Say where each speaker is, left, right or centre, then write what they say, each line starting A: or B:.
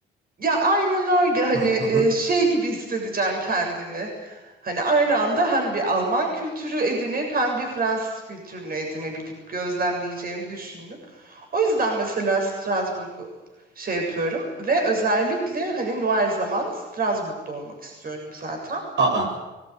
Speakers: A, on the right; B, on the right.
A: Ya aynen öyle hani
B: Hı hı.
A: e, şey gibi hissedeceğim kendimi. Hani aynı anda hem bir Alman kültürü edinip hem bir Fransız kültürünü edinebilip gözlemleyeceğimi düşündüm. O yüzden mesela Strasbourg'u şey yapıyorum ve özellikle hani Noel zaman Strasbourg'da olmak istiyorum zaten.
B: Aa.